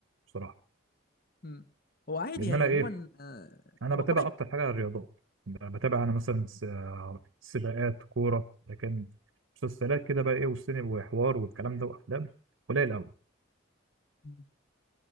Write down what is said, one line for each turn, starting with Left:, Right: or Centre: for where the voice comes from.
Right: بصراحه
Left: مم. هو عادي
Right: لان
Left: يعني
Right: انا
Left: عموما
Right: ايه
Left: آه،
Right: انا
Left: هو
Right: بتابع
Left: كويس
Right: اكتر حاجه الرياضات يعني بتابع انا مثلا س- آه، سباقات كوره لكن مسلسلات كده بقى ايه والسينما وحوار والكلام ده وافلام قليل قوي
Left: مم.